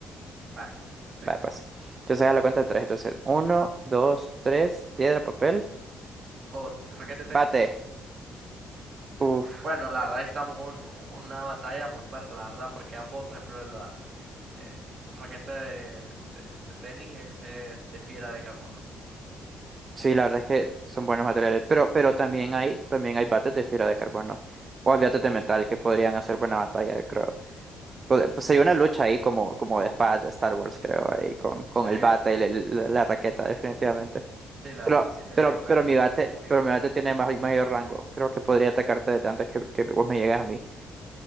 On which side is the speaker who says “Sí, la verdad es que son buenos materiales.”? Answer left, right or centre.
Right